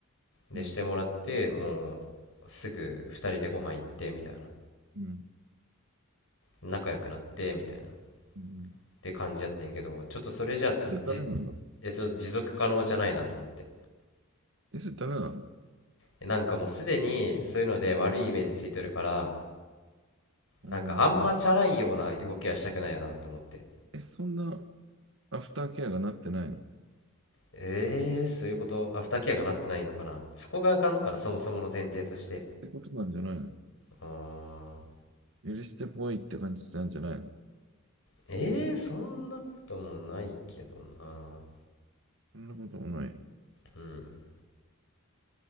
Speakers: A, on the left; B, on the right.
A: でしてもらってもうすぐ2人でご飯行ってみたいな
B: うん、うん、
A: 仲良くなってみたいなっ
B: うん。
A: て感じやってんけどちょっとそれじゃつじ
B: それダメなんだ。
A: えちょっと持続可能じゃないなと思って
B: え、それダメなの
A: なんかもうすでにそういうので悪いイメージついてるから
B: うん。おー
A: なんかあんまチャラいような動きはしたくないよなと思って
B: え、そんなアフターケアがなってないのっ
A: えー、そういうことアフターケアがなってないのかなそこがあかんのかなそもそもの前提として
B: てことなんじゃないの
A: あー
B: 許してぽいって感じなんじゃないの
A: えー、そんなこともないけどな
B: そんなこともない。
A: うん